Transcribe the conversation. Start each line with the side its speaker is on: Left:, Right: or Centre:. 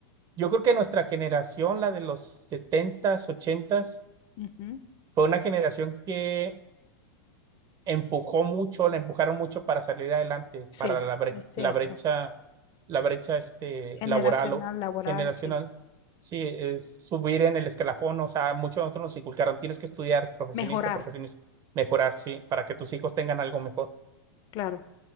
Right: yo creo que nuestra generación, la de los setentas ochentas
Left: ujú.
Right: fue una generación que empujó mucho, la empujaron mucho para salir adelante,
Left: Sí,
Right: para la brecha,
Left: es cierto.
Right: la brecha, la brecha este,
Left: Generacional,
Right: laboral o
Left: laboral,
Right: generacional.
Left: sí.
Right: Sí, es subir en el escalafón, o sea, muchos de nosotros nos inculcaron, tienes que estudiar, profesionista,
Left: Mejorar,
Right: profesionista, mejorar, sí, para que tus hijos tengan algo mejor.
Left: claro.